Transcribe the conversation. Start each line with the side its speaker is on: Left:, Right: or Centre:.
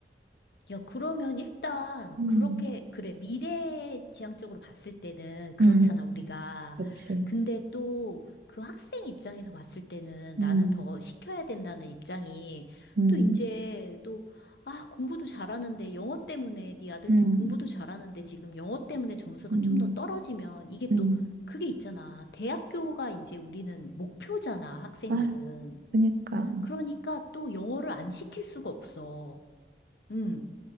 Left: 야, 그러면 일단
Right: 음,
Left: 그렇게 그래 미래 지향적으로 봤을 때는 그렇잖아
Right: 음.
Left: 우리가.
Right: 그치.
Left: 근데 또 그 학생 입장에서 봤을 때는
Right: 음,
Left: 나는 더 시켜야 된다는 입장이
Right: 음,
Left: 또 이제 또 아, 공부도 잘하는데 영어 때문에 네 아들들
Right: 음,
Left: 공부도 잘하는데 지금 영어 때문에 점수가
Right: 음,
Left: 좀 더 떨어지면 이게 또
Right: 음.
Left: 그게 있잖아. 대학교가 이제 우리는 목표잖아, 학생들은.
Right: 아, 그니까.
Left: 그러니까 또 영어를 안 시킬 수가 없어. 응.